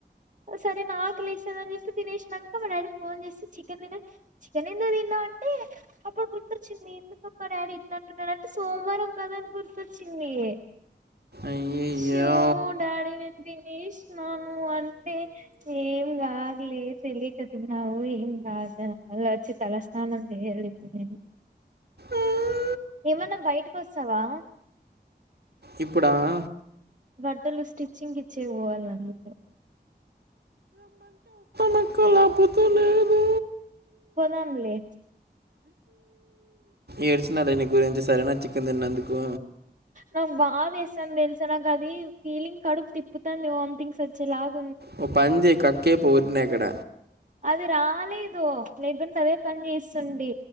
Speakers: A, on the right; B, on the right.
A: ఈ సరే నాక్ లేసఅన్ జేప్పి తినేష్ నంక మా డాడీక్ ఫోన్ జేసి చికెన్ దిన చికెన్ ఎందుక్ దిన్నవంటే హిహ్య అప్పుడు గుర్తొచ్చింది ఎందుకమ్ మా డాడీ ఇట్లా అంటున్నడంటే సోమ్ వారం పదన్ గుర్ తోచ్చింది ఇ
B: అయ్యయ్యో
A: షో ఓ డాడినిన్ తినేష్ నాను అంటే ఏం కాద్ లే తెలికా తిన్నావు ఏం కాద్య మళ్ళొచ్చి తలస్నానం జేయలిప్నేన
B: ఆ ఆ
A: ఏమన్నా బైటికోస్సవా
B: ఇప్పుడా ఆ
A: బట్టలు స్టిచ్చింగిచ్చే బోవాలందుకు
B: ఒక్కో లాపోతే నేను
A: కొనన్ లే
B: ఏడ్చ్ నాదే నీ గోరంతు సరేనా చికేన్ దిన్నందుకు
A: నాక్ బాదేస్తాంది దేల్సా నాక్ అది ఫీలింగ్ కడుపు తిప్పుతాంది వామ్ తింగ్స్ వచ్చేలాగ్
B: ఓ పన్ జెయ్ కకై పోర్ న్యాకడ
A: అది రాలేదు లేకుంటే అదే పన్ జేస్సుండి